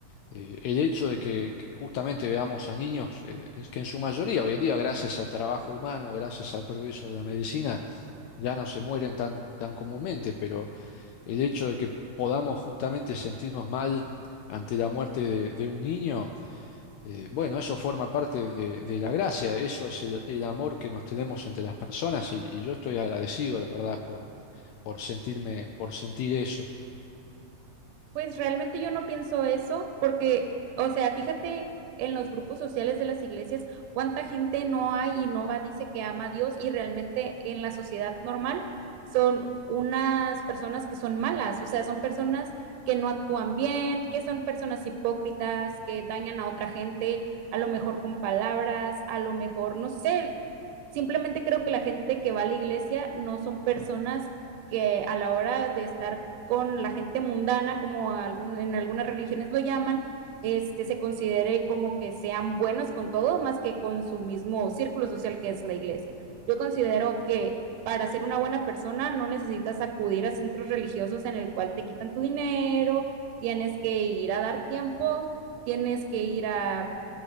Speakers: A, on the left; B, on the right.
A: eh, el hecho de que, que justamente veamos a niños, eh, es que en su mayoría hoy en día, gracias al trabajo humano, gracias al progreso de la medicina, ya no se mueren tan, tan comúnmente, pero el hecho de que podamos justamente sentirnos mal ante la muerte de de un niño eh, bueno, eso forma parte de, de la gracia, eso es el, el amor que nos tenemos entre las personas y, y yo estoy agradecido, la verdad, por, por sentirme, por sentir eso.
B: Pues realmente yo no pienso eso porque, o sea, fíjate en los grupos sociales de las iglesias, cuánta gente no hay y no va, dice que ama a Dios y realmente en la sociedad normal son unas personas que son malas, o sea, son personas que no actúan bien, que son personas hipócritas, que dañan a otra gente, a lo mejor con palabras, a lo mejor, no sé, Simplemente creo que la gente que va a la iglesia no son personas que a la hora de estar con la gente mundana, como algún, en algunas religiones lo llaman, este, se considere como que sean buenos con todo, más que con su mismo círculo social que es la iglesia. Yo considero que para ser una buena persona no necesitas acudir a centros religiosos en el cual te quitan tu dinero, tienes que ir a dar tiempo, tienes que ir a